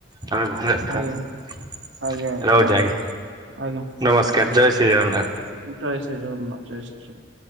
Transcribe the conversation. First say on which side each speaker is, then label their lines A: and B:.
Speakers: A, on the right; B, on the right.
A: ତମେ ଭଲରେ ଥାଅ
B: ଆଜ୍ଞା। ଆଜ୍ଞା
A: ରହୁଛି,
B: ହଁ
A: ଆଜ୍ଞା
B: ଆଜ୍ଞା
A: ନମସ୍କାର ଜୟ ଶ୍ରୀ ଶ୍ରୀ ଜଗନ୍ନାଥ।
B: ଜୟ ଶ୍ରୀ ଜଗନ୍ନାଥ ଜୟ ଶ୍ରୀ ଜଗନ୍ନାଥ।